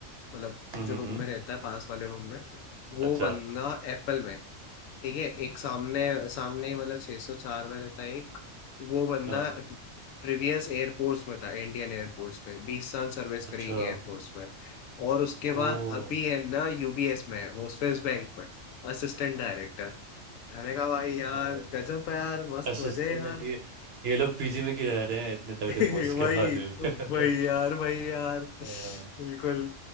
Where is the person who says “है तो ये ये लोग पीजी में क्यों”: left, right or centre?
Right